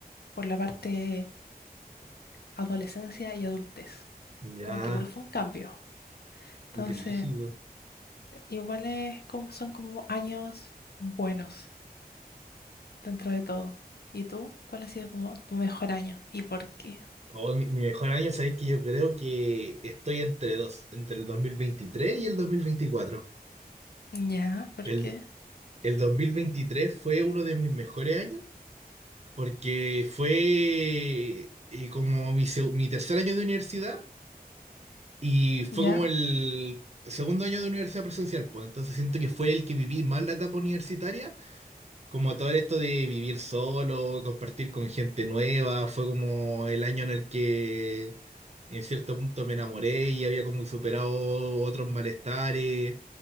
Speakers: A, on the left; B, on the right.
A: por la parte adolescencia y adultez.
B: Ya.
A: Como que igual fue un cambio. Entonces,
B: Brígido.
A: igual es como, son como años buenos dentro de todo. ¿Y tú? ¿Cuál ha sido como tu mejor año? ¿Y por qué?
B: Oh, mi, mi mejor año, ¿sabéis que yo creo que estoy entre dos, entre el 2023 y el dos mil veinticuatro.
A: Ya, ¿por
B: El,
A: qué?
B: el 2023 fue uno de mis mejores años porque fue eh, como mi, seg- mi tercer año de universidad y fue
A: Ya,
B: como el segundo año de universidad presencial, pues entonces siento que fue el que viví más la etapa universitaria, como todo esto de vivir solo, compartir con gente nueva, fue como el año en el que en cierto punto me enamoré y había como superado otros malestares,